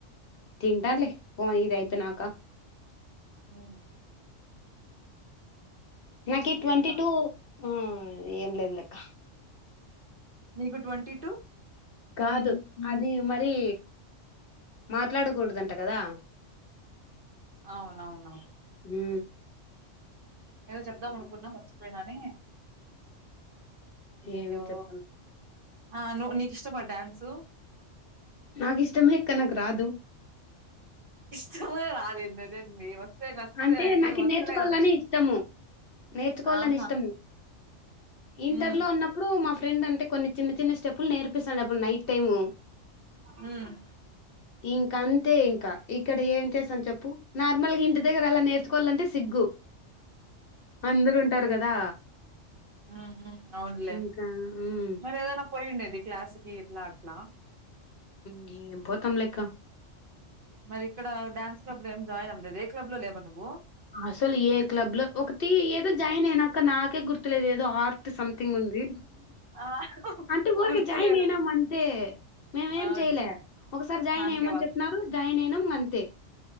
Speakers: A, on the left; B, on the right.
A: తింటన్లే పో ఇది అయిపో నాకా
B: హు
A: నాకి
B: ఇంకేం
A: ఈ ట్వంటి
B: రా
A: టూ ఆ ఏం లేదు లె అక్క
B: నికు ట్వంటీ టూ
A: కాదు అది మరి మా ట్లాడకూడదంట కదా
B: అవునవునవు
A: హు
B: ఏదో చెప్దాం అనుకున్నా మర్చిపోయినానే అయ్యయ్యో
A: ఏం చెప్పను
B: ఆ నువ్ నికిష్ ష్టమా డ్యాన్సు
A: నాకు ఇష్టమే అక్క నాకు రాదు
B: తు అదేందది వస్తే నచ్చుతయండి
A: అంటే నాకు
B: వస్తేనే
A: నేర్చుకోవాలని
B: కదా ఇష్టం
A: ఇష్టము నేర్చుకోవాలని
B: ఆహా
A: ఇష్టము ఇంటర్లో
B: హు
A: ఉన్నప్పుడు మా ఫ్రెండ్ అంటే కొన్ని చిన్న చిన్న స్టెప్పులు నేర్పిస్థాండే అడప్పుడు నైట్ టైమ్
B: హు మ్
A: ఇంకా అంతే ఇంకా ఇక్కడ ఏం చేస్ స్తాం చెప్పు నార్మల్గా ఇంటి దగ్గర అలా నేర్పీ చు కోలంటే సిగ్గు అందరు ఉంటారు కదా
B: ఉ ఉ అవునులే
A: ఇంకా ఉమ్.
B: మరి ఏదన్నా పోయిండే ఇ క్లాస్కి ఇట్లా అట్లా
A: ధీ పోతాం లెక్క
B: మరి ఇక్కడ డ్యాన్స్ క్లబ్ లో ఏం జాయిన్ అవ్వలేదు ఏ క్లబ్ లో లేవా నువ్వు
A: అసలు ఏ క్లబ్ లో ఒకటి ఏదో జాయిన్ అయినా అక్క నాకే గుర్తులేదు ఏదో దో ఆర్ట్ సంథింగ్ ఉంది
B: ఆ
A: అంటే ఊరికే
B: గుర్తులేదు
A: జాయిన్ అయినాం అంతే మేము ఏం
B: అవును
A: చెయలే ఒకసారి జాయిన్
B: నామకే
A: అయ్యమని
B: వాస్తు
A: చెప్పినరు జాయిన్ అయినాం అంతే